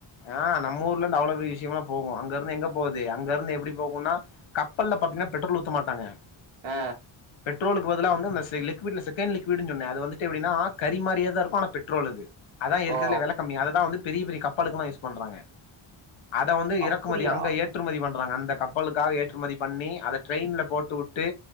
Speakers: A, on the left; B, on the right.
A: ஆ நம்ம ஊர்ல இருந்து அவ்ளோ பெரிய விஷியமெல்லா போகு அங்க இருந்து எங்கப் போகுது அங்க இருந்து எப்டி போகும்னா கப்பல்ல பாத்தீங்கன்னா பெட்ரோல் ஊத்த மாட்டாங்க
B: ஆ
A: பெட்ரோலுக்கு பதுல்ல வந்து அந்த லிக்விட்ல செகண்ட் லிக்வீட் சொன்னே அது வந்துட்டு எப்டின்னா கறி மாறியேதா இருக்கூ ஆனா பெட்ரோல் அது அதா இருக்குற்துலயே
B: ஓ
A: வெல கம்மி அததா வந்து பெரிய பெரிய கப்பலுக்கு எல்லா யூஸ் பண்றாங்க அத வந்து இறக்குமதி
B: அப்படியா
A: அங்க ஏற்றுமதி பன் றாங்க அந்த கப்பலுக்காக ஏற்றுமதி பண்ணி அத டிரையின்ல போட்டு வுட்டு